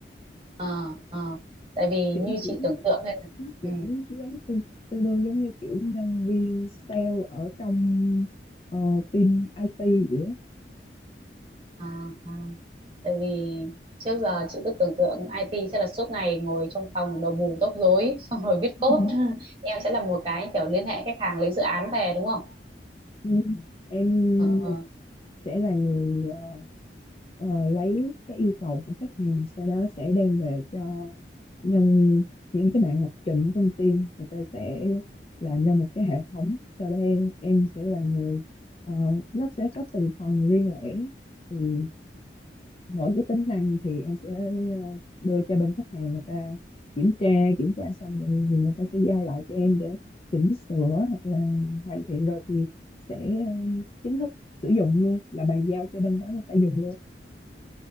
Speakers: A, on the right (about 30°); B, on the left (about 30°).
A: à, à. tại vì
B: kiểu
A: như chị
B: cũng
A: tưởng tượng hay là
B: nó
A: ừ,
B: cũng giống tương, tương đương giống như kiểu nhân viên sale ở trong ờ, team IT vậy á
A: à, à. tại vì trước giờ chị cứ tưởng tượng IT sẽ là suốt ngày ngồi trong phòng đầu bù tóc rối <laughs> xong rồi viết code
B: Ừ.
A: <laughs> em sẽ là một cái kiểu liên hệ khách hàng lấy dự án về đúng không
B: Ừ. em
A: Ờ, ờ.
B: sẽ là người ờ, ờ, lấy cái yêu cầu của khách hàng sau đó sẽ đem về cho nhân những cái bạn lập trình ở trong team người ta sẽ làm ra một cái hệ thống sau đây em sẽ là người ờ, nó sẽ có từng phần riêng lẻ thì mỗi cái tính năng thì em sẽ ờ, đưa cho bên khách hàng người ta kiểm tra kiểm tra xong rồi thì người ta sẽ giao lại cho em để chỉnh sửa hoặc là hoàn thiện rồi thì sẽ ờ, chính thức sử dụng luôn là bàn giao cho bên đó người ta dùng luôn